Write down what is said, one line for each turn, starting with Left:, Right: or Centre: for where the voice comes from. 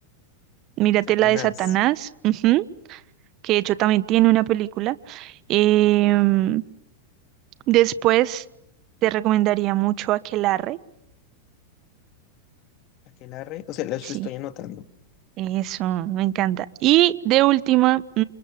Right: Mírate
Left: Satanás.
Right: la de Satanás, ujú, que de hecho también tiene una película. Em,
Left: Ok.
Right: después te recomendaría mucho Aquelarre.
Left: Aquelarre. O sea, lo estoy
Right: Sí,
Left: anotando.
Right: eso, me encanta. Y de última,